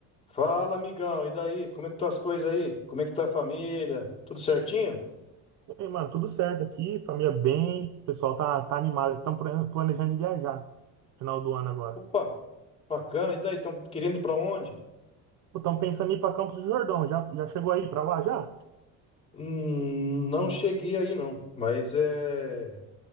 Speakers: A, on the left (about 20°); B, on the right (about 55°).
A: Fala, amigão, e daí? Como é que estão as coisas aí? Como é que tá a família? Tudo certinho?
B: Ei, mano, tudo certo aqui, família bem, o pessoal tá, tá animado, estão planejando de viajar final do ano agora.
A: Opa, bacana. E daí, estão querendo ir para onde?
B: Estão pensando em ir para Campos do Jordão, já, já chegou aí para lá já?
A: Hum, não cheguei aí não, mas é,